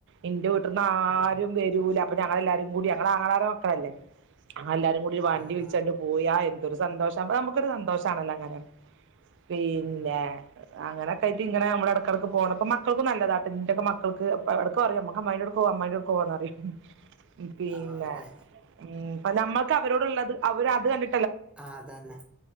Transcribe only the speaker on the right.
എന്റെ വീട്ട്ന്ന്
ആരുംവെര് ലാ പ്പഞങ്ങളെല്ലാരും കൂടി ഞങ്ങളാങ്ങ ളാരെ മക്കളല്ലേ എല്ലാരും കൂടി വണ്ടി
വിളിചാണ്ട്
പോയാന്തൊരു സന്തോഷമുക്കൊരു സന്തോഷമാണല്ലോ അങ്ങനെ പിന്നെ
അങ്ങനൊക്കായിട്ട് ഇങ്ങന നമ്മളടക്ക് ടക്ക് പോന്നപ്പൊ മക്കൾക്കും നല്ലതാട്ടോ ന്റൊക്കെ മക്കൾക്ക് മ്മക്ക് അമ്മായിന്റൊടുക്കോവ അമ്മായിന്റോടുക്കോവന്നറിയും ഹ് ഹ് പിന്നെ
ഉംഹ് പ് നമ്മക്ക് അവരോടുള്ളത് അവരത് കണ്ട്